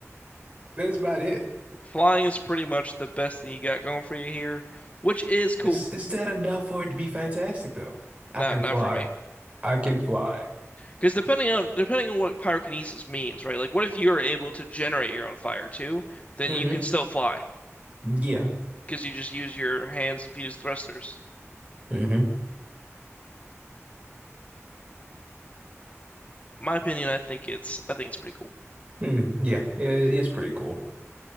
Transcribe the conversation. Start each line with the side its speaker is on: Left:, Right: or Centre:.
Right: That's about it.
Left: Flying is pretty much the best thing you got going for you here, which is cool.
Right: Is is that enough for it to be fantastic though? I
Left: Not
Right: can
Left: not
Right: fly.
Left: for me,
Right: I can fly.
Left: because depending on depending on what pyrokinesis means, right? Like, what if you're able to generate your own fire too? Then
Right: Mm-hmm.
Left: you can still fly.
Right: Yeah.
Left: because you just use your hands and feet as thrusters.
Right: hmm
Left: My opinion, I think it's I think it's pretty cool.
Right: Mm, yeah, yeah, it is pretty cool.